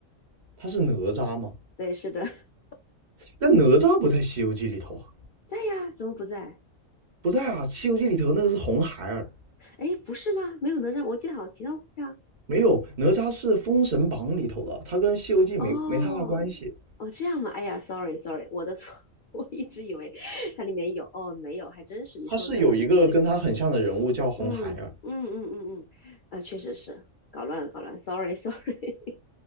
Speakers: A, on the right; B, on the left.
A: 他是哪吒吗？
B: 对，是的，<laughs>
A: 但哪吒不在《西游记》里头啊，
B: 在呀，怎么不在？
A: 不在啊，《西游记》里头那个是红孩儿，
B: 哎，不是吗？没有哪吒，我记得好像提到过呀。
A: 没有哪吒是《封神榜》里头的，他跟《西游记没》没太大关系。
B: 哦，哦，这样吗？哎呀，sorry，sorry，我的错，<laughs> 我一直以为它里面有，哦，没有，还真是，你说对了。
A: 他是有一个跟他很像的人物叫红孩儿。
B: 嗯嗯嗯嗯嗯，啊，确实是搞乱了，搞乱 s o r r y sorry，